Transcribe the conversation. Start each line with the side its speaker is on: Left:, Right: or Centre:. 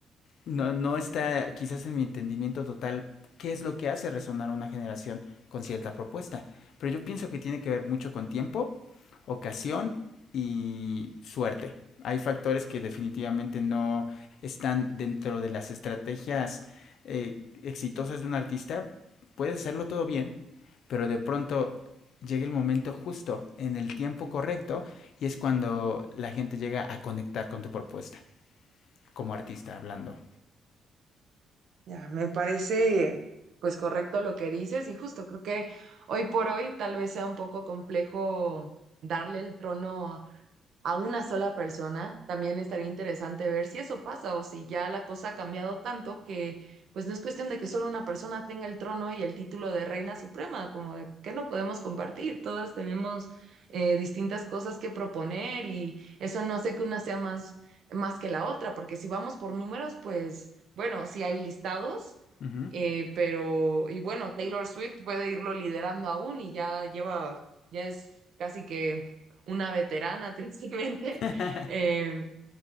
Left: no, no está quizás en mi entendimiento total qué es lo que hace resonar a una generación con cierta propuesta. Pero yo pienso que tiene que ver mucho con tiempo, ocasión y suerte. Hay factores que definitivamente no están dentro de las estrategias eh, exitosas de un artista. Puedes hacerlo todo bien, pero de pronto llega el momento justo, en el tiempo correcto, y es cuando la gente llega a conectar con tu propuesta, como artista hablando.
Right: Ya, me parece pues correcto lo que dices y justo creo que hoy por hoy tal vez sea un poco complejo darle el trono a una sola persona, también estaría interesante ver si eso pasa o si ya la cosa ha cambiado tanto que pues no es cuestión de que solo una persona tenga el trono y el título de reina suprema, como de que no podemos compartir, todas tenemos eh, distintas cosas que proponer y eso no hace que una sea más, más que la otra, porque si vamos por números, pues bueno, si hay listados.
Left: Uh -huh.
Right: eh, pero, y bueno, Taylor Swift puede irlo liderando aún y ya lleva, ya es casi que una veterana, <laughs> tristemente,
Left: <laughs>
Right: eh,